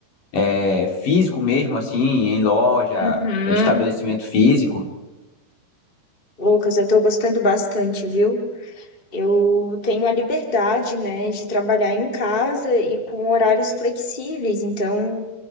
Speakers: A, on the left; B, on the left.
A: é, físico mesmo, assim, em loja,
B: Uhum,
A: estabelecimento físico?
B: Lucas, eu tô gostando bastante, viu? Eu tenho a liberdade, né, de trabalhar em casa e com horários flexíveis, então